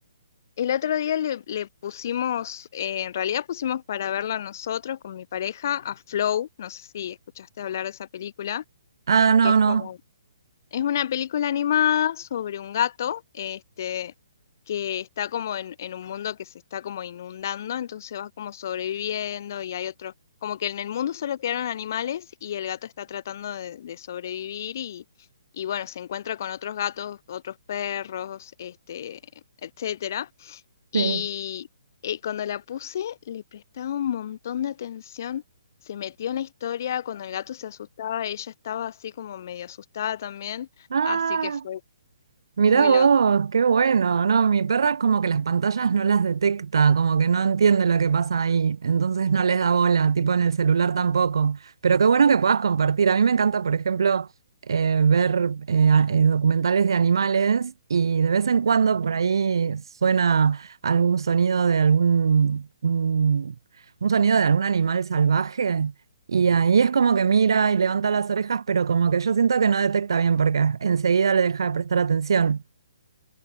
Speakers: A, on the left; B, on the right.
A: el otro día le, le pusimos, eh, en realidad pusimos para verla nosotros con mi pareja a Flow, no sé si escuchaste hablar de esa película,
B: Ah, no,
A: que es
B: no.
A: como es una película animada sobre un gato, este, que está como en, en un mundo que se está como inundando, entonces va como sobreviviendo y hay otro, como que en el mundo solo quedaron animales y el gato está tratando de, de sobrevivir y, y bueno, se encuentra con otros gatos, otros perros, este, etcétera. Y
B: Sí.
A: eh, cuando la puse, le prestaba un montón de atención. Se metió en la historia. Cuando el gato se asustaba, ella estaba así como medio asustada también.
B: Ah.
A: Así que fue
B: Mirá
A: muy
B: vos,
A: loco.
B: qué bueno, ¿no? Mi perra es como que las pantallas no las detecta, como que no entiende lo que pasa ahí, entonces no les da bola, tipo en el celular tampoco. Pero qué bueno que puedas compartir. A mí me encanta, por ejemplo, eh, ver eh, a- eh, documentales de animales y de vez en cuando por ahí suena algún sonido de algún, un un sonido de algún animal salvaje. Y ahí es como que mira y levanta las orejas, pero como que yo siento que no detecta bien porque enseguida le deja de prestar atención.